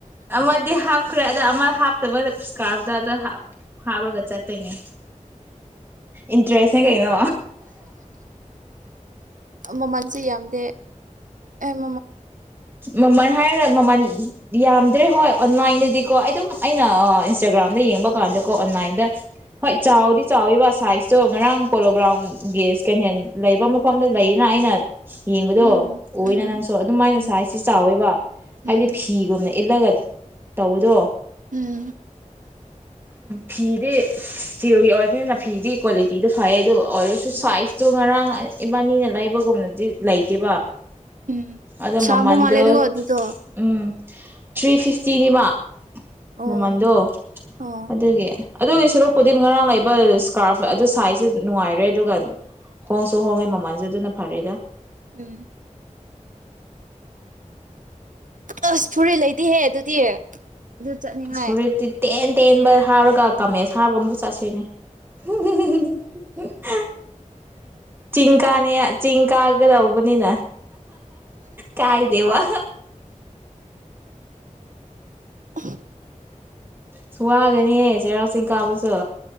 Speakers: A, on the right (about 15°); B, on the right (about 80°).
A: ꯑꯃꯗꯤ ꯍꯥꯞꯈ꯭ꯔꯦ ꯑꯗ ꯑꯃꯞ ꯕ ꯀꯥꯥꯎꯗꯗ ꯍꯥ ꯍꯥꯥꯎꯕꯒ ꯆꯠꯇꯣꯏꯅꯦ ꯏꯟꯇꯔꯦꯁꯅꯦ ꯀꯩꯩꯅ
B: ꯃꯃꯜꯁꯨꯦ ꯌꯥꯝꯗꯦ ꯑꯥꯟ
A: ꯃꯃꯜ ꯍꯥꯏꯔꯒ ꯃꯃꯜ ꯌꯥꯝꯗ꯭ꯔꯦ ꯍꯣꯏ ꯑꯣꯟꯂꯥꯏꯟꯗꯗꯤꯀꯣ ꯑꯗꯨꯝ ꯑꯩꯅ ꯏꯟꯁꯇꯥꯒ꯭ꯔꯥꯝꯗ ꯌꯦꯡꯕ ꯀꯥꯟꯗ ꯀꯣ ꯑꯣꯟꯂꯥꯏꯟꯗ ꯍꯣꯏ ꯆꯥꯎꯗꯤ ꯆꯥꯎꯋꯤꯕ ꯁꯥꯏꯖꯇꯣ ꯉꯔꯥꯡ ꯄꯣꯂꯣꯒ꯭ꯔꯥꯎꯝꯒꯤ ꯁꯦꯀꯦꯟ ꯍꯦꯟ ꯂꯩꯕ ꯃꯐꯝꯗ ꯂꯩꯌꯦꯅ ꯑꯩꯅ ꯌꯦꯡꯕꯗꯣ
B: ꯎꯝ ꯎꯝ
A: ꯅꯪꯁꯨ ꯑꯗꯨꯃꯥꯏꯅ
B: ꯎꯝ
A: ꯁ ꯍꯥꯏꯁ ꯆꯥꯎꯋꯦꯕ ꯍꯥꯏꯕꯗꯤ
B: ꯎꯝ
A: ꯐꯤꯒꯨꯝꯕ ꯏꯜꯂꯒ ꯇꯧꯕꯗꯣ
B: ꯎꯝ
A: ꯐꯤꯗꯤ ꯏꯁꯇꯤꯔꯒꯤ ꯑꯣꯏꯕꯅꯤꯅ ꯐꯤꯗꯤ ꯀ꯭ꯋꯥꯂꯤꯇꯤꯗꯨ ꯐꯩ ꯑꯗꯨꯣ ꯑꯣꯏꯔꯁꯨ ꯁꯥꯏꯖꯇꯣ ꯉꯔꯥꯡ ꯏꯕꯥꯅꯤꯅ ꯂꯩꯕꯒꯨꯝꯅꯗꯤ ꯂꯩꯇꯦꯕ
B: ꯎꯝ
A: ꯑꯗꯣ
B: ꯁꯃꯨ
A: ꯃꯃꯟꯗꯣ
B: ꯃꯥꯂꯦꯗꯨꯒ ꯑꯗꯨꯗ
A: ꯎꯝ ꯊ꯭ꯔꯤ ꯐꯤꯐꯇꯤꯤꯟꯃ
B: ꯑꯣ
A: ꯃꯃꯜꯗꯣ
B: ꯑꯣ
A: ꯑꯗꯨꯒꯤ ꯑꯗꯨꯒꯤ ꯁꯔꯨꯛꯄꯨꯗꯤ ꯉꯔꯥꯡ ꯂꯩꯕ ꯏꯁꯀꯥꯔꯐ ꯑꯗꯨ ꯁꯥꯏꯖꯁꯦ ꯅꯨꯡꯉꯥꯏꯔꯦ ꯑꯗꯨꯒ ꯍꯣꯡꯁꯨ ꯍꯣꯡꯉꯦ ꯃꯃꯜꯁꯨ ꯑꯗꯨꯅ ꯐꯔꯦꯗ
B: ꯎꯝ ꯑꯁ ꯐꯨꯔꯤꯠ ꯂꯩꯗꯤꯍꯦ ꯑꯗꯨꯗꯤ ꯑꯗꯨ ꯆꯠꯅꯤꯡꯉꯦ
A: ꯐꯨꯔꯤꯠꯇꯤ ꯇꯦꯟ ꯇꯦꯟꯕ ꯍꯥꯥꯎꯔꯒ ꯀꯥꯃꯦꯁ ꯍꯥꯔꯒ ꯑꯃꯨꯛ ꯆꯠꯁꯤꯅꯦ ꯍ ꯆꯤꯡ ꯀꯥꯅꯤ ꯆꯤꯡ ꯀꯥꯒ ꯂꯧꯕꯅꯤꯅ ꯀꯥꯏꯗꯦ ꯋꯥ
B: <inaudible>
A: ꯁ ꯋꯥꯒꯅꯤ ꯆꯩꯔꯥꯎꯁꯤꯤꯡ ꯀꯥꯕꯁꯨ